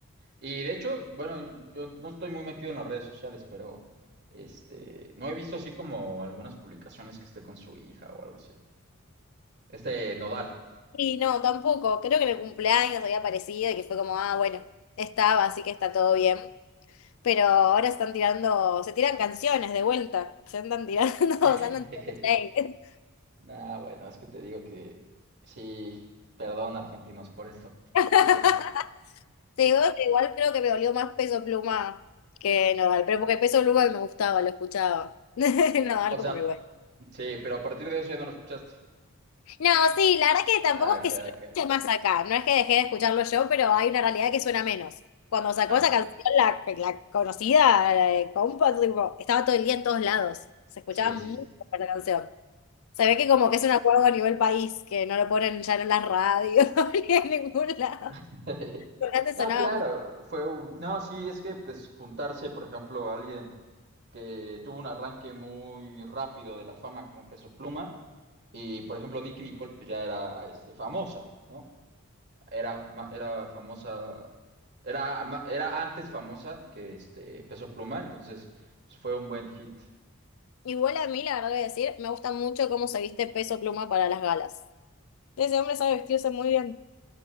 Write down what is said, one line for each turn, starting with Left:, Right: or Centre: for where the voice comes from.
Right: Y de hecho, bueno, yo no estoy muy metido en las redes sociales, pero este, no he visto así como algunas publicaciones que esté con su hija o algo así. Este Nodal.
Left: Y no, tampoco. Creo que en el cumpleaños había aparecido y que fue como, ah, bueno, estaba, así que está todo bien. Pero ahora están tirando, se tiran canciones de vuelta. Se andan tirando, <laughs>
Right: <laughs>
Left: se andan tirando shade.
Right: Nah, bueno, es que te digo que sí, perdón, argentinos, por esto.
Left: <laughs>
Right: Lo siento.
Left: Te digo que igual creo que me dolió más Peso Pluma que Nodal, pero porque Peso Pluma me gustaba, lo escuchaba. <laughs> Nodal
Right: O sea,
Left: como que bueno.
Right: sí, pero a partir de eso ya no lo escuchaste.
Left: No, sí, la verdad que tampoco
Right: Ah, ok,
Left: es que
Right: ok.
Left: se escuche más acá, no es que dejé de escucharlo yo, pero hay una realidad que suena menos. Cuando sacó
Right: Claro.
Left: esa canción, la, la conocida, la de compa, tipo, estaba todo el día en todos lados, se escuchaba
Right: Sí, sí,
Left: mucho
Right: sí.
Left: esa canción. Se ve que como
Right: Sí.
Left: que es un acuerdo a nivel país, que no lo ponen ya en las radios <laughs> ni en ningún lado.
Right: <laughs>
Left: Pero antes
Right: No,
Left: sonaba
Right: claro, fue un... No, sí, es que pues juntarse, por ejemplo, a alguien que tuvo un arranque muy rápido de la fama como Peso Pluma y, por ejemplo, Nicki Nicole pues ya era este, famosa, ¿no? era, ma- era famosa, era, ma- era antes famosa que este Peso Pluma, entonces pues fue un buen hit.
Left: Igual a mí, la verdad voy a decir, me gusta mucho cómo se viste Peso Pluma para las galas. Ese hombre sabe vestirse muy bien.